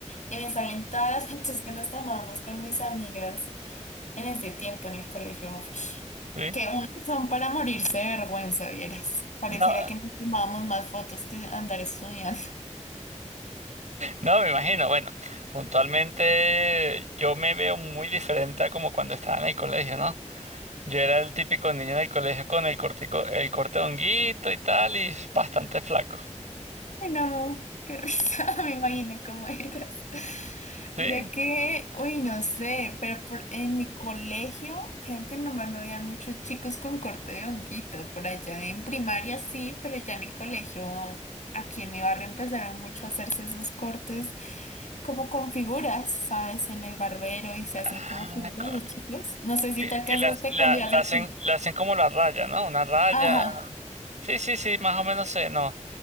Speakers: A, on the left; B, on the right.
A: Y me salen todas las <laughs> fotos que nos tomábamos con mis amigas en ese tiempo en el colegio. Uf,
B: ¿Sí?
A: Que unos son para morirse de vergüenza, vieras. Pareciera
B: No,
A: que nos tomábamos más fotos que andar estudiando.
B: no, me imagino. Bueno, puntualmente yo me veo muy diferente a como cuando estaba en el colegio, ¿no? Yo era el típico niño en el colegio con el cortico, el corte de honguito y tal, y bastante flaco.
A: Ay, no, qué risa, <laughs> me imagino cómo eras.
B: ¿Sí?
A: Mira que, uy, no sé, pero por- en mi colegio creo que nomás no habían muchos chicos con corte de honguito. Por allá en primaria sí, pero ya en el colegio, aquí en mi barrio empezaron mucho a hacerse esos cortes como con figuras, ¿sabes? En el barbero y se hacen
B: Ah,
A: como figuras
B: co-
A: los chicos. No sé si
B: que,
A: te alcanzaste
B: que las, la,
A: cuando ibas
B: la
A: al
B: hacen,
A: colegio.
B: la hacen como la raya, ¿no? Una raya.
A: Ajá,
B: Sí, sí, sí, más o menos sé, no.